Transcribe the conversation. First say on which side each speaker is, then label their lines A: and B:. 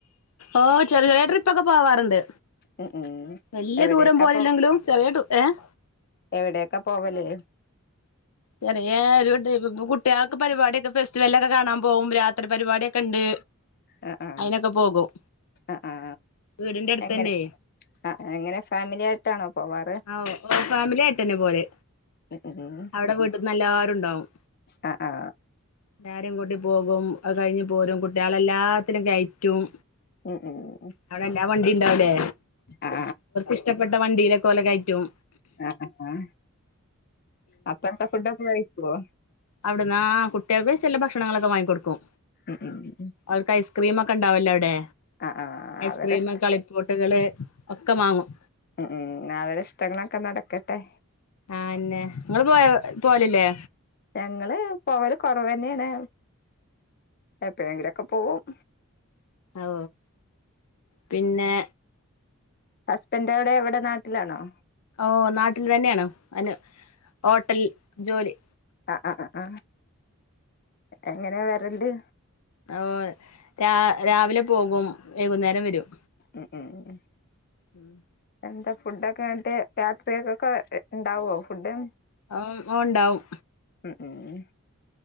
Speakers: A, on the left; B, on the left.
A: ഓഹ് ചെറിയ ചെറിയ ട്രിപ്പൊക്കെ പോവാറുണ്ട്
B: ഉം ഉം
A: വല്യ
B: എവിടെയൊക്കാ
A: ദൂരം പോയില്ലെങ്കിലും ചെറിയ ട്രി ഏഹ്
B: എവിടെക്കാ പോവല്
A: ചെറിയ ഒരു കുട്ടികൾക്ക് പരിപാടിയൊക്കെ ഫെസ്റ്റിവലൊക്കെ കാണാൻ പോകും രാ ത്രി പരിപാടിയൊക്കെ ഉണ്ട്
B: ആ ആ
A: അയിനൊക്കെ പോകും
B: ആ ആ
A: വീടിന്റെ അടുത്ത്
B: എങ്ങനെ
A: തന്നെ
B: ആ എങ്ങനെ ഫാമിലിയ ട്ടാണോ പോവാറ്
A: ആഹ് ഓഹ് ഫാമിലി ആയിട്ട് തന്നെ പോവല്
B: ഉം ഉം
A: അവിടെ വീട്ട് നല്ലാവരും ഇണ്ടാവും
B: ആ ആ
A: എല്ലാരും കൂട്ടി പോയകും കഴിഞ്ഞഞ് പോരും കുട്ടികളെ എല്ലാത്തിനും കയറ്റും
B: ഉം ഉം
A: അവിടെല്ലാ വണ്ടി ഉണ്ടാവുലേ
B: ആ
A: ഇഷ്ടപ്പെട്ട വണ്ടിയിലൊക്കെ ഓലെ കയറ്റും
B: ആ ആ അപ്പന്ത ഫുഡ് ഒക്കെ കയിക്കൊ
A: അവിടുന്ന ആഹ് കുട്ട്യോക്ക് ചില ഭക്ഷണങ്ങളൊക്കെ വാങ്ങിക്കൊടുക്കും
B: ഉം ഉം ഉം
A: അവർക്ക് ഐസ്ക്രീമ് ഒക്കെ ഉണ്ടാവുല്ല അവിടെ
B: ആ ആ
A: ഐസ്ക്രീമ്
B: അവരെ ഇഷ്ട
A: ഒക്കെ കളി പോട്ട്കള് ഒക്കെ മാങ്ങും
B: ഉം ഉം അവരി ഇഷ്ടങ്ങളൊക്കെ നടക്കട്ടെ
A: ആന്നെ നിങ്ങള് പോയ പോല്ല്ല്ലേ
B: ഞങ്ങള് പോവല് കൊറവ് തന്നെയാണ് എപ്പളേങ്കിലൊക്കെ പോവും
A: ഓ പിന്നെ
B: ഹസ്ബൻറ് എവിടെ ഇവിടെ നാട്ടിലാണോ
A: ഓ നാട്ടിൽ തന്നെയാണ് അന് ഹോട്ടൽ ജോലി
B: ആഹ് ആഹ് ആ എങ്ങനെ വരല്
A: ഓഹ് രാ രാവിലെ പോകും വൈകുന്നേരം വരും
B: ഉം ഉം ഉം
A: ഉം
B: എന്താ ഫുഡൊക്കെ വിട്ട് രാത്രിയൊക്കൊക്കെ ഉണ്ടാവോ ഫുഡ്
A: ഓഹ് ഉണ്ടാവും
B: ഉം ഉം